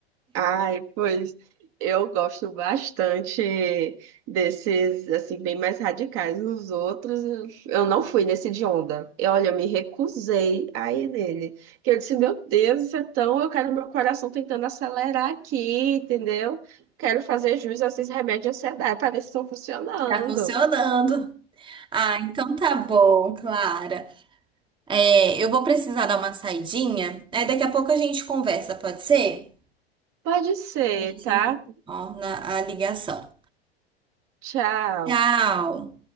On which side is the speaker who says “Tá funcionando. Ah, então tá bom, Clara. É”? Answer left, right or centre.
Right